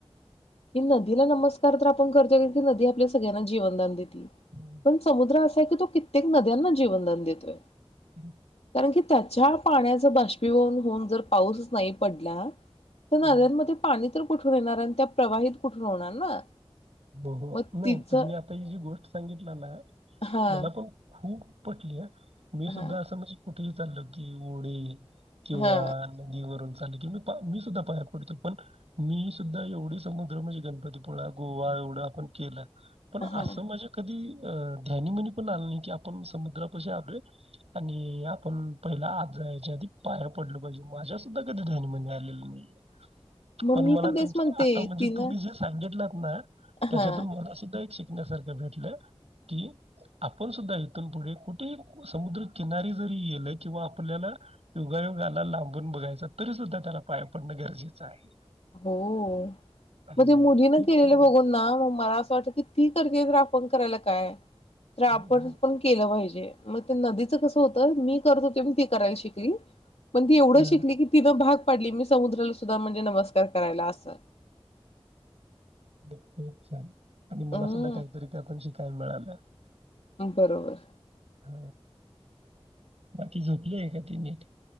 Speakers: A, on the left; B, on the right.
A: की नदीला नमस्कार तर आपण करतो की नदी आपल्या सगळ्यांना जीवनदान देते
B: हो,
A: पण समुद्र की तो कित्येक नद्यांना जीवन दान देतोय.
B: ह
A: न की त्याच्या पाण्याचं बाष्पीभवन होऊन जर पाऊसच नाही पडला, तर नद्यांमध्ये
B: हा.
A: पाणी कुठून येणार आणि त्या प्रवाहित कुठून होणार ना?
B: हो हो,
A: मग
B: नाही
A: तिचं
B: तुम्ही आता ही जी गोष्ट सांगितलं ना,
A: हा
B: मला पण खूप पटली आ मी
A: हा
B: सुद्धा अस मज कुठली चाल्लं की ओडे किंवा
A: हा
B: नदीवरून मी सुद्धा पाया पडतो पण, मी सुद्धा एवढी समुद्र म्हणजे गणपतीपुळा गो गोवा एवढं आपण केलं पण
A: हा
B: असं माझे कधी अं ध्यानी मनी पण आले नाही की आपण समुद्रापाशी आलोय आणि आपण पहिला आज याच्या आधी पाया पडलो पाहिजे माझ्यासुद्धा कधी ध्यानी मनी आलेलं नाही
A: मग
B: पण
A: मी
B: मला
A: तेच
B: तुमचं
A: म्हणते
B: आता म्हणजे
A: तिनं
B: तुम्ही जे सांगितलं म त्याच्यातून
A: हा
B: मला सुद्धा एक शिक तुझ्या सारखे भेटले कि, आपण सुद्धा तितून पुढे कुठेही समुद्रकिनारी जरी येल किंवा आपल्याला युगायुगाला लांबून बघायचा तरी सुद्धा त्याला पाया पडणं गरजेचं आहे
A: हो,
B: अरे
A: मग
B: वा!
A: ते मुलीन
B: खूप
A: केलेलं
B: सुंदर.
A: बघून ना मग मला असं वाटतं की ती करते तर आपण करायला काय
B: हो,
A: तर आपण
B: हो.
A: पण केलं पाहिजे मग ते नदीचं कसं होतं मी करत होते म्हणून ती करायला शिकली पण ती एवढं
B: हं.
A: शिकली की तिथं भाग पडली मी समुद्रला सुद्धा म्हणजे नमस्कार च करायला असं
B: बोबोचान आणि मला
A: हम्म
B: सुद्धा काहीतरी त्यातून शिक मिळालं
A: बरोबर
B: ह, बाकी झोपली आहे का ती नीट?